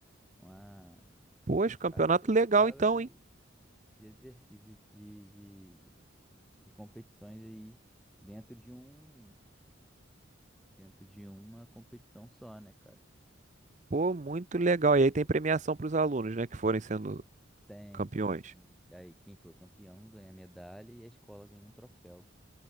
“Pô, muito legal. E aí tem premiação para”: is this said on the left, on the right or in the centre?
Right